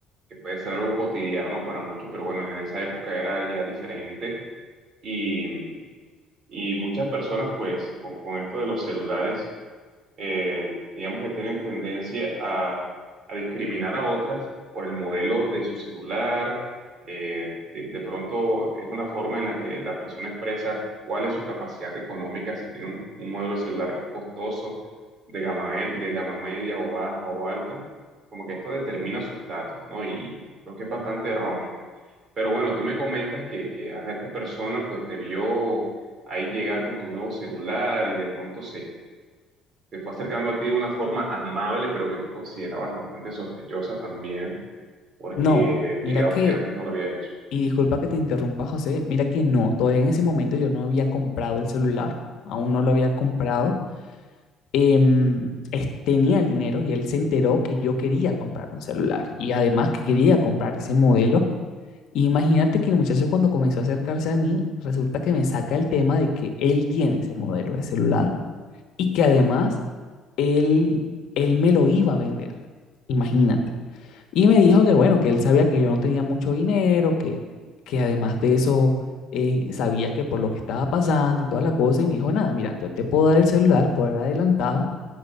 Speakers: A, on the right; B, on the left.
A: que puede ser algo cotidiano para muchos, pero bueno, en esa época era ya diferente y, mm, y muchas personas pues con con esto de los celulares eh, digamos que tienen tendencia a, a discriminar a otras por el modelo de su celular. eh, de, de pronto es una forma en la que la persona expresa cuál es su capacidad económica, si tiene un, un modelo de celular costoso, de gama, e- de gama media o baja o alta, como que esto determina su estatus, ¿no? Y, creo que es bastante erróneo. Pero bueno, tú me comentas que, que ajá, esta persona pues te vio ahí llegar con tu nuevo celular y de pronto se fue acercando a ti de una forma amable, pero que tú considerabas bastante sospechosa también, porque
B: No,
A: digamos
B: mira que,
A: que antes no lo había hecho.
B: y disculpa que te interrumpa, José, mira que no, todavía en ese momento yo no había comprado el celular, aún no lo había comprado. em, es- tenía el dinero y él se enteró que yo quería comprar un celular y además que quería comprar ese modelo. Y imagínate que el muchacho cuando comenzó a acercarse a mí, resulta que me saca el tema de que él tiene ese modelo de celular y que además él, él me lo iba a vender. Imagínate. Y me dijo que bueno, que él sabía que yo no tenía mucho dinero, que, que además de eso eh, sabía que por lo que estaba pasando y toda la cosa, y me dijo, nada, mira, yo te puedo dar el celular por adelantado,